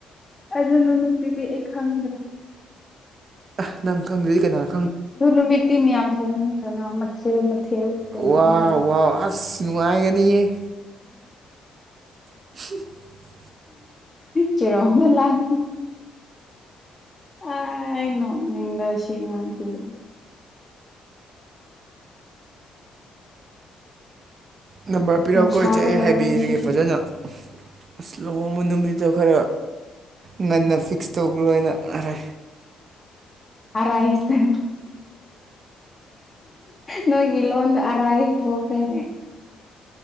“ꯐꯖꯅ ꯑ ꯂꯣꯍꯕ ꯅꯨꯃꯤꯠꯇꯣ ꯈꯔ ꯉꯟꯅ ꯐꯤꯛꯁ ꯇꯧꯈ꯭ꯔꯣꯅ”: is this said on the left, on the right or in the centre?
Right